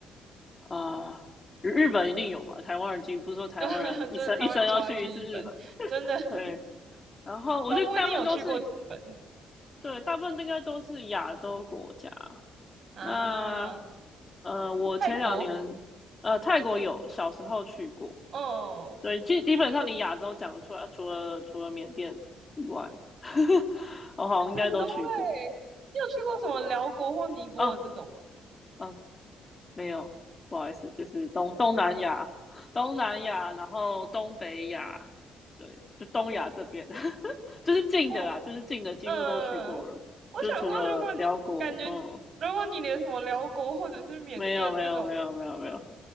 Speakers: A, on the left; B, on the right.
A: 啊、呃日本一定有嘛，台湾人几乎不是说台湾人一生一生要去一次日本，
B: <laughs> 真的台湾人超爱去日本，
A: <laughs>
B: 真的 <laughs>
A: 对。然后我觉得大部分都是
B: 都不一定有去过日本
A: 对，大部分应该都是亚洲国家。
B: 啊。
A: 那呃，我前两年呃泰国有小时候去过，
B: 泰国，哦，
A: 对，基基本上你亚洲讲得出来，除了除了缅甸以外，<laughs> 我好像应该都去过。
B: 很多诶，你有去过什么辽国或尼泊尔这种？
A: 哦，嗯，没有，不好意思，就是东东南亚、东南亚，然后东北亚，对，就东亚这边，<laughs> 就是近的啦，
B: 我，
A: 就是近的几乎都去过了，
B: 我嗯，我想说，
A: 就是除了辽国，
B: 如果你感觉，
A: 嗯，
B: 如果你连什么辽国或者是缅甸这种
A: 没有，没有，没有，没有，没有，